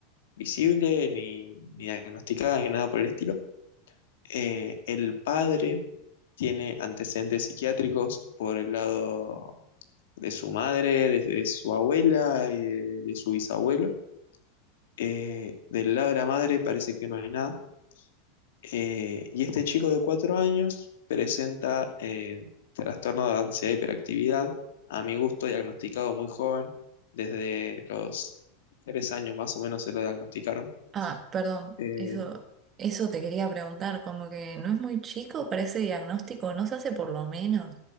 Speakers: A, on the left (about 85°); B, on the right (about 25°).
A: visible, ni, ni diagnosticada, ni nada por el estilo. Eh, el padre tiene antecedentes psiquiátricos por el lado de su madre, de, de su abuela y de de su bisabuelo Eh, del lado de la madre parece que no hay nada. Eh, y este chico de cuatro años presenta eh, trastorno de ansiedad e hiperactividad, a mi gusto diagnosticado muy joven, desde los tres años más o menos se lo diagnosticaron.
B: Ah, perdón,
A: Eh,
B: eso, eso te quería preguntar, como que no es muy chico para ese diagnóstico, ¿no se hace por lo menos